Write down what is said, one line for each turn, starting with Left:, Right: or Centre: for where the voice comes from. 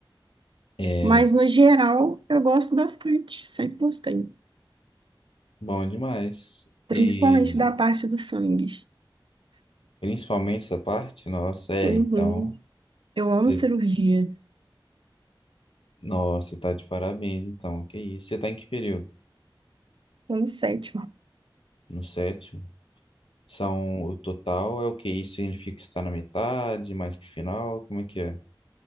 Left: É
Right: Mas, no geral, eu gosto bastante, sempre gostei.
Left: bom demais. E
Right: Principalmente da parte do sangue.
Left: principalmente essa parte, nossa, é,
Right: Uhum.
Left: então,
Right: Eu amo
Left: e-
Right: cirurgia.
Left: nossa, tá de parabéns, então. Que isso? Você tá em que período?
Right: Tô no sétimo.
Left: No sétimo? São o total é o que isso significa que está na metade, mais pro final, como é que é?